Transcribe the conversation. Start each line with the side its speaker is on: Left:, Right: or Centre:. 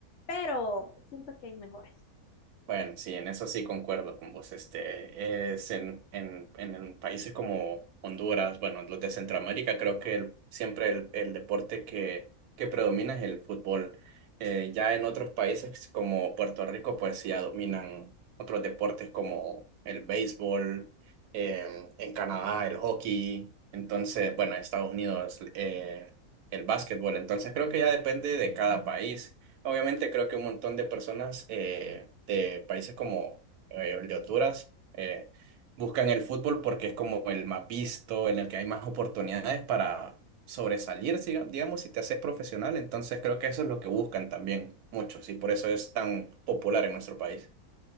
Left: pero siento que hay mejores.
Right: Bueno, sí, en eso sí concuerdo con vos. Este es en, en, en, en países como Honduras, bueno, los de Centroamérica, creo que el- siempre el, el deporte que, que predomina es el fútbol. Eh, ya en otros países como Puerto Rico, pues sí, ya dominan otros deportes como el béisbol, eh, en Canadá el hockey, entonces, bueno, en Estados Unidos eh, el básquetbol. Entonces creo que ya depende de cada país. Obviamente creo que un montón de personas eh, de países como eh, el de Honduras eh, buscan el fútbol porque es como el más visto, en el que hay más oportunidades para sobresalir, siga- digamos, si te haces profesional. Entonces creo que eso es lo que buscan también muchos y por eso es tan popular en nuestro país.